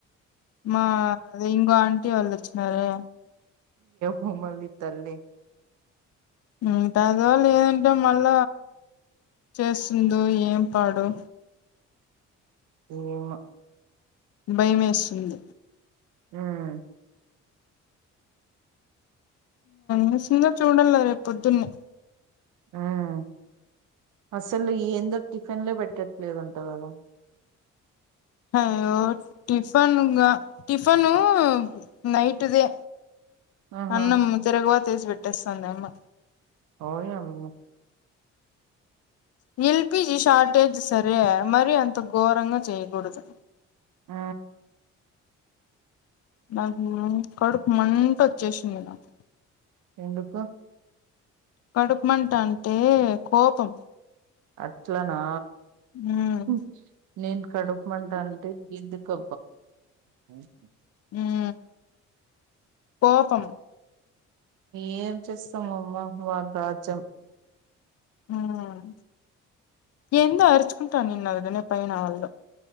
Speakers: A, on the left; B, on the right.
A: మా ఇంకో ఆంటీ వాళ్ళు వచ్చినారే
B: హమలి తల్లి
A: ఉంటాదో లేదంటే మల్ల చేస్తుందో ఏం పాడో
B: ఏన్న
A: భయమేస్తుంది
B: ఊమ్
A: న సింగర్ చూడంలే రేపుొద్దున్నే
B: హ్మ్మ్ అసలు ఏందో టిఫిన్ లో పెట్టట్లేదంట గదా
A: హ టిఫన్గా టిఫను నైటుదే
B: ఆహా
A: అన్నమ్ తిరగమాత ఏసి పెట్టు తెస్తాందమ్మ
B: ఓయమ్మో
A: ఎల్పీజీ షార్టేజ్ సరే మరి అంత ఘోరంగా చేయకూడదు
B: ఆ
A: నాకు కడుపు మంట వచ్చేసింది నాకు
B: ఎందుకు
A: కడుపు మంట అంటే కోపం
B: అట్లనా
A: ఉమ్
B: ఊహ్మ్ నేను కడుపు మంట అంటే గిందుకో <unintelligible>
A: ఊమ్ కోపం
B: ఏం చేస్తామమ్మ వాళ్ళ రాజ్యం
A: ఊమ్ ఎంత అరుచు అంట నేను ఆ విధంగా పైన వాళ్ళు